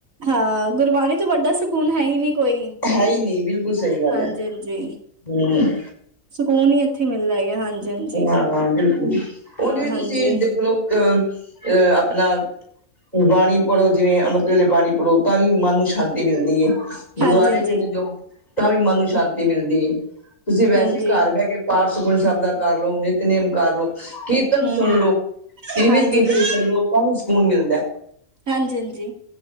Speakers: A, on the right; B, on the left.
A: ਹਾਂ ਗੁਰਬਾਣੀ ਤੋਂ ਵੱਡਾ ਸਕੂਨ ਹੈ ਈ ਨਈ ਕੋਈ
B: ਹੈ ਈ ਨਈ ਬਿਲਕੁਲ ਸਈ ਗੱਲ
A: ਹਾਂਜੀ-ਹਾਂਜੀ।
B: ਹੈ ਹੂੰ।
A: ਸਕੂਨ ਈ ਇੱਥੇ ਮਿਲਦਾ ਹੈਗਾ ਹਾਂਜੀ।
B: ਹਾਂ ਬਿਲਕੁਲ ਉਂਝ ਵੀ
A: ਹਾਂਜੀ,
B: ਤੁਸੀਂ ਦੇਖ ਲਓ ਅ ਆਪਣਾ ਬਾਣੀ ਪੜੋ ਜਿਵੇਂ ਅੰਮ੍ਰਿਤ ਵੇਲੇ ਬਾਣੀ ਪੜੋ ਤਾਂ ਵੀ ਮਨ ਨੂੰ ਸ਼ਾਂਤੀ ਮਿਲਦੀ ਏ। ਗੁਰਦੁਆਰੇ
A: ਹਾਂਜੀ-ਹਾਂਜੀ,
B: ਚਲੇ ਜਾਓ ਤਾਂ ਵੀ ਮਨ ਨੂੰ ਸ਼ਾਂਤੀ ਮਿਲਦੀ ਏ ਤੁਸੀਂ ਵੈਸੇ
A: ਹਾਂਜੀ,
B: ਵੀ ਘਰ ਬਹਿ ਕੇ ਪਾਠ ਸੁਖਮਨੀ ਸਾਹਿਬ ਦਾ ਕਰ ਲੋ ਨਿਤਨੇਮ ਕਰ ਲਓ ਕੀ ਕੀਰਤਨ
A: ਹੂੰ-ਹੂੰ,
B: ਸੁਣ ਲਓ ਟੀਵੀ ਵਿੱਚ
A: ਹਾਂਜੀ-ਹਾਂਜੀ।
B: ਕੀਰਤਨ ਸੁਣ ਲਓ ਤਾਂ ਵੀ ਸਕੂਨ ਮਿਲਦਾ।
A: ਹਾਂਜੀ-ਹਾਂਜੀ।